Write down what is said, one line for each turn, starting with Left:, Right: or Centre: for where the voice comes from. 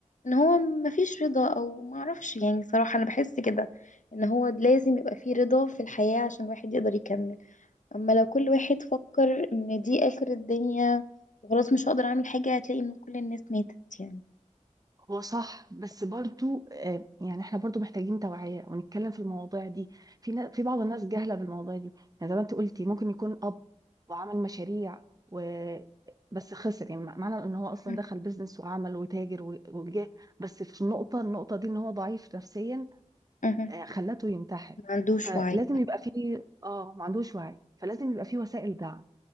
Left: ان هو مفيش رضا او معرفش يعني صراحة انا بحس كده ان هو لازم يبقى فيه رضا في الحياة عشان الواحد يقدر يكمل اما لو كل واحد فكر ان دي اخر الدنيا وخلاص مش هقدر اعمل حاجة هتلاقي ان كل الناس ماتت يعني
Right: هو صح بس برضو آه، يعني احنا برضو محتاجين توعية ونتكلم في المواضيع دي في نا- في بعض الناس جاهلة بالمواضيع دي يعني زي ما انت قلتي ممكن يكون أب وعمل مشاريع و بس خسر يعني مع- معنى ان هو اصلا
Left: مه.
Right: دخل بيزنس وعمل وتاجر و- وجاه بس في النقطة النقطة دي ان هو ضعيف نفسيا
Left: مه.
Right: آه، خلته ينتحر
Left: ما عندوش
Right: فلازم
Left: وعي
Right: يبقى فيه اه ما عندوش وعي فلازم يبقى فيه وسائل دعم